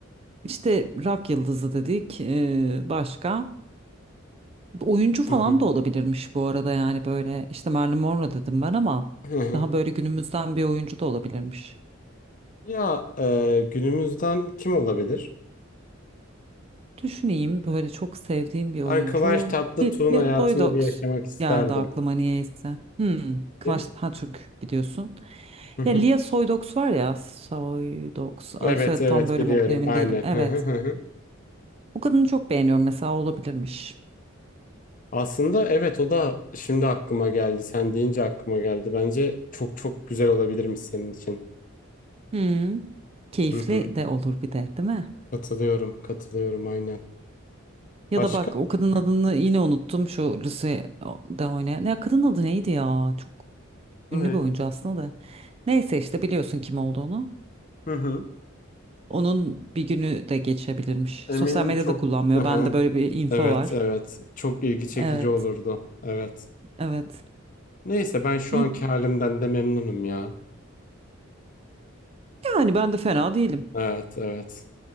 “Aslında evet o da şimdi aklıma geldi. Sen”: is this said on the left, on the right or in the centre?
Left